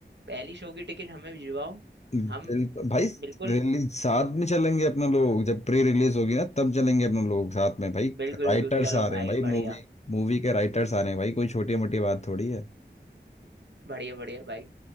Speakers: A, on the right; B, on the left.
A: पहली शो की टिकट हमें भिजवाओ
B: बिल्कुल
A: हम
B: भाई
A: बिल्कुल
B: रिलीज साथ में चलेंगे अपना लोग जब प्री रिलीज होगी ना तब चलेंगे अपना लोग साथ में भाई
A: बिल्कुल
B: राइटर्स
A: बिल्कुल चलो
B: आ रहे
A: भाई
B: हैं भाई
A: बढ़िया
B: मूवी मूवी के राइटर्स आ रहे हैं भाई कोई छोटी मोटी बात थोड़ी है
A: बढ़िया बढ़िया भाई